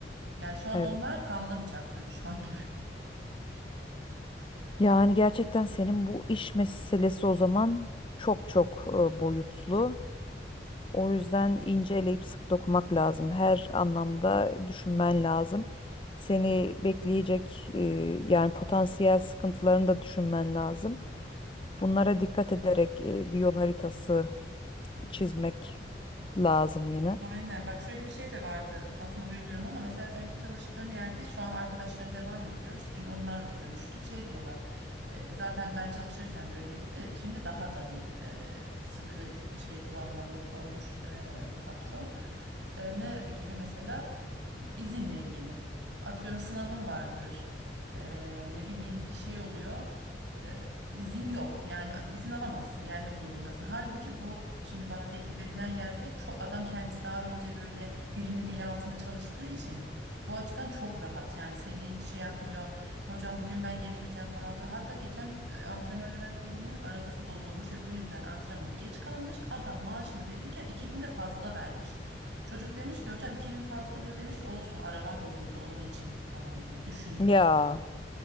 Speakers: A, on the right (about 80°); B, on the left (about 30°).
A: Yani şu an
B: Evet.
A: onlar kanlı bıçaklı düşman gibi. <laughs>
B: Yani gerçekten senin bu iş meselesi o zaman çok çok e, boyutlu. O yüzden ince eleyip sık dokumak lazım. Her anlamda düşünmen lazım. Seni bekleyecek e, yani potansiyel sıkıntılarını da düşünmen lazım. Bunlara dikkat ederek e, bir yol haritası çizmek lazım yine.
A: Aynen bak şöyle bir şey de vardı lafını bölüyorum ama mesela önce çalıştığım yerde şu an arkadaşlarım devam ediyor işte dün onlarla da görüştük şey diyorlar e, zaten ben çalışırken de öyleydi de şimdi daha da bir e, sıkı şey kuralları o koymuş e, patron E, ne gibi mesela izinle ilgili atıyorum sınavım vardır E, ne bileyim bir şey oluyor izin yok. Yani izin alamazsın, gelmek zorundasın. Halbuki bu şimdi bana teklif edilen yerde çok adam kendisi daha önce böyle birinin eli altında çalıştığı için bu açıdan çok rahat. Yani seni hiç şey yapmıyor. Hocam bugün ben gelemeyeceğim falan filan. Hatta geçen e, antrenörlerden birinin arabası bozulmuş ve bu yüzden antrenmana geç kalmış. Adam maaşını verirken 2000 de fazla vermiş. Çocuk demiş ki hocam 2000 fazla bu da demiş ki olsun arabam bozuldu onun için falan diye düşün.
B: Ya